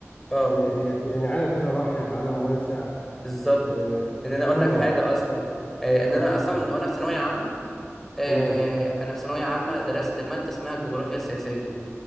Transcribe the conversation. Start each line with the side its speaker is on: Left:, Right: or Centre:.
Centre: اه
Left: ل- يعني عالم كده رحب عالم واسع
Centre: بالظبط
Left: اه
Centre: ان انا اقول
Left: اه
Centre: لك حاجه اصلا آه
Left: آه،
Centre: ان انا
Left: اتفضل
Centre: اصلا وانا في ثانويه عامه آه
Left: تمام
Centre: انا في ثانويه عامه درست ماده اسمها الجغرافيا السياسيه